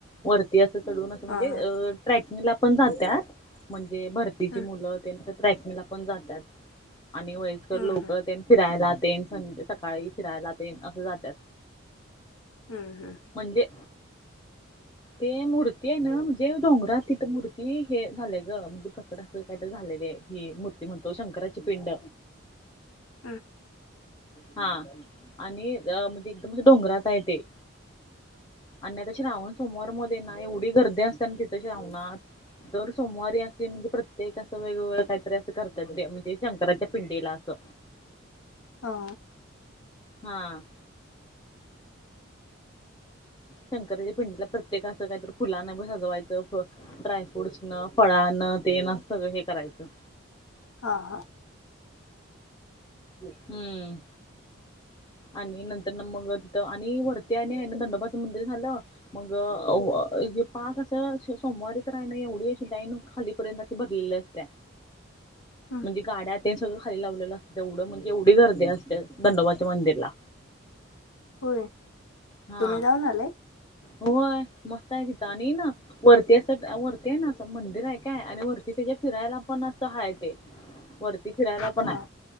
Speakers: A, on the left (about 20°); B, on the left (about 85°).
A: वरती असं चढवून असं म्हणजे
B: हा हा
A: अ ट्रॅकिंगला पण जात्यात. म्हणजे भरतीची
B: हम्म
A: मुलं तेन असं ट्रॅकिंगला पण जात्यात. आणि वयस्कर
B: हम्म
A: लोक तेन फिरायला तेन सकाळी फिरायला तेन असं जात्यात.
B: हम्म हम्म.
A: म्हणजे? ते मूर्ती आहे ना म्हणजे डोंगरात तिथं मूर्ती हे झालंय ग म्हणजे प्रकट असं काय तर झालेले की मूर्ती म्हणतो शंकराची पिंड.
B: आ
A: हा आणि म्हणजे एकदम असं डोंगरात आहे ते. आणि आता श्रावण सोमवारमध्ये ना एवढी गर्दी असत्या ना तिथे श्रावणात. दर सोमवारी असे म्हणजे प्रत्येक असं वेगवेगळं काहीतरी असं करत्यात म्हणजे शंकराच्या पिंडीला असं.
B: हा.
A: हा. शंकराच्या पिंडीला प्रत्येक असं काहीतर फुलाने सजवायचं. ड्रायफ्रूट्सन, फळानं तेन असं सगळं हे करायचं
B: हा हा.
A: हम्म. आणि नंतर ना मग तिथं आणि वरती आणि आहे ना दडोबाचं मंदिर झालं. मग हे पाक असं सोमवारी तर आहे ना एवढी अशी लाईन खाली पर्यत अशी भरलेली असत्या.
B: हम्म
A: म्हणजे गाड्या तेन सगळं खाली लावलेलं असतं. एवढं म्हणजे एवढी गर्दी असते दंडोबाच्या मंदिरला.
B: होय.
A: हा
B: तुम्ही जाऊन आलाय
A: होय. मस्त आहे तिथं आणि ना वरती असं वरती आहे ना असं मंदिर आहे काय आणि वरती त्याच्या फिरायला पण असं हाय ते. वरती फिरायला पण
B: हा
A: आहे,